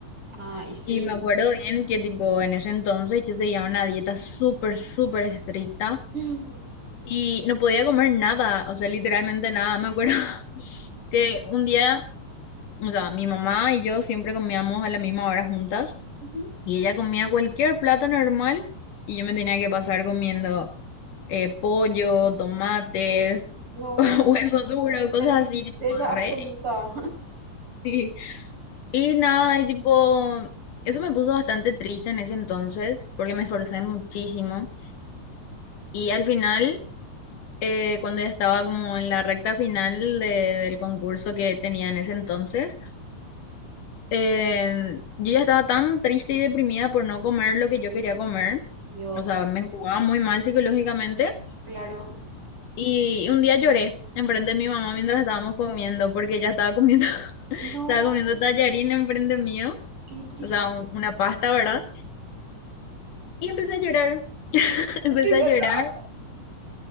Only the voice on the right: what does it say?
Ah, y sí.
<laughs>
Ujú.
No,
la tristeza
absoluta.
<laughs> Dios,
claro.
No,
qué tristeza.
Estoy cansada.